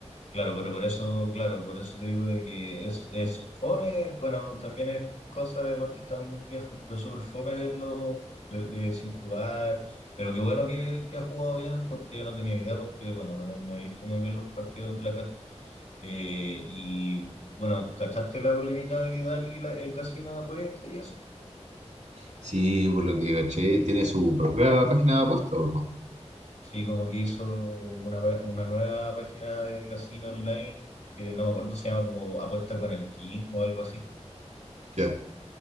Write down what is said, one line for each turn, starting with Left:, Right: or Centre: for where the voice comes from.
Left: Claro, pero por eso, claro, por eso te digo de que es, es fome, bueno, también es cosa de porque están viejos, pero es súper fome verlo de- de- sin jugar, pero qué bueno que, que ha jugado bien, porque yo no tenía idea, porque bueno, no, no he visto muy bien los partidos de la Cato. Eh, y bueno, ¿cachaste la polémica de Vidal y la- el casino de apuestas y eso?
Right: Sí, por lo que caché, tiene su propia página de apuestas o no.
Left: Sí, como que hizo una, pa- una nueva página de casino online, que no me acuerdo, se llama como Apuesta con el King o algo así,
Right: Ya.